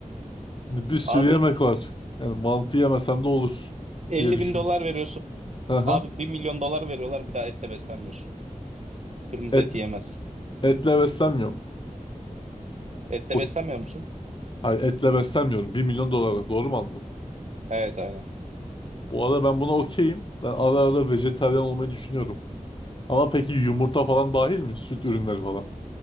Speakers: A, on the left; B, on the right.
A: Şimdi bir sürü
B: Abi
A: yemek var. Yani mantı yemesem de olur
B: 50
A: diye düşün.
B: bin dolar veriyorsun.
A: Hı hı.
B: Abi bir milyon dolar veriyorlar bir daha etle beslenmiyorsun. Kırmızı
A: Et,
B: et yiyemez.
A: etle beslenmiyorum.
B: Etle
A: O,
B: beslenmiyor musun?
A: hayır etle beslenmiyorum. Bir milyon dolara. Doğru mu anladım?
B: Evet aynen.
A: Bu arada ben buna okeyim. Ben ara ara vejetaryen olmayı düşünüyorum. Ama peki yumurta falan dahil mi? Süt ürünleri falan.